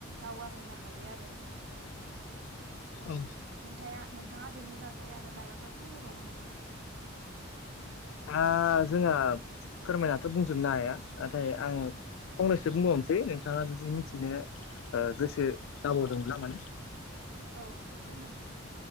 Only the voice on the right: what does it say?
दावगा होनो हायो आरो <inaudible>
नोंथांया नोंथांङा बेनि बागै आरो मायबाफोर फोरमायबावगोन नामा?
औ फोरमायलाय